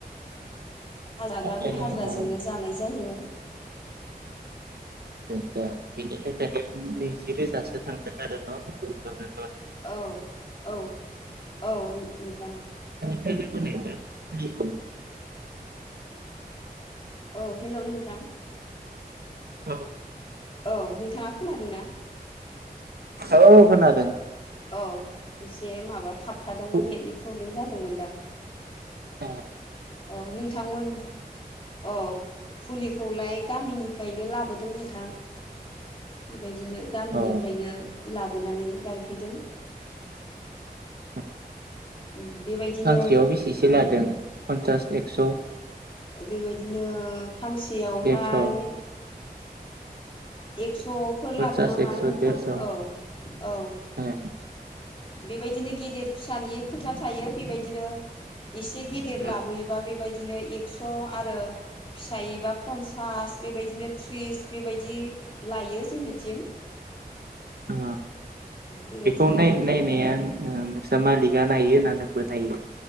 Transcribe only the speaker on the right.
बेखायनो
औ
आसा आसा बिनि थाखायनो नैजि रोजासो थांदों आरो न' कल ब ।
<unintelligible>
औ
औ खोनादों
फु-
आह
औ
औ
फांसेयाव बेसेसो लादों पन्सास एक्स'?
देरस'
पन्सास
एक्स'
देरस'
ए
ए
आ
बेखौ नाय नायनाया ओ नोंसा मालिगा नायो ना नोंबो नायो?